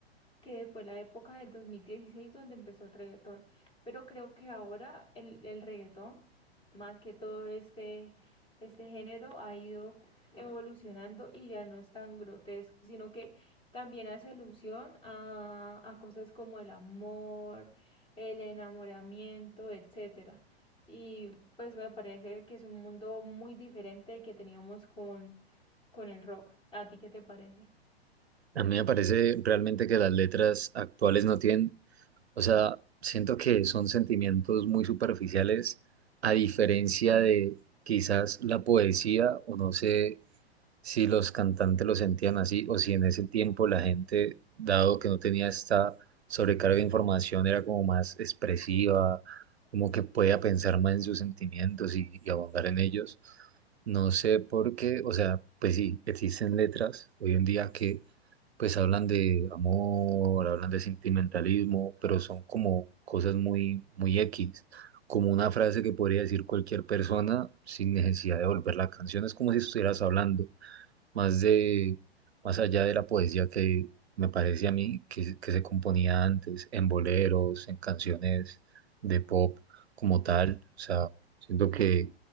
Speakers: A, on the left; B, on the right.
A: que fue la época del 2016 donde empezó el reggaetón. Pero creo que ahora el, el reggaetón, más que todo este, este género, ha ido evolucionando y ya no es tan grotesco, sino que también hace alusión a, a cosas como el amor, el enamoramiento, etcétera. Y pues me parece que es un mundo muy diferente que teníamos con, con el rock. ¿A ti qué te parece?
B: A mí me parece realmente que las letras actuales no tienen, o sea, siento que son sentimientos muy superficiales, a diferencia de quizás la poesía o no sé si los cantantes lo sentían así o si en ese tiempo la gente, dado que no tenía esta sobrecarga de información, era como más expresiva, como que podía pensar más en sus sentimientos y, y abundar en ellos. No sé por qué, o sea, pues sí, existen letras hoy en día que pues hablan de amor, hablan de sentimentalismo, pero son como cosas muy, muy X, como una frase que podría decir cualquier persona sin necesidad de volver la canción, es como si estuvieras hablando más de, más allá de la poesía que me parece a mí que, que se componía antes, en boleros, en canciones de pop como tal. O sea, siento que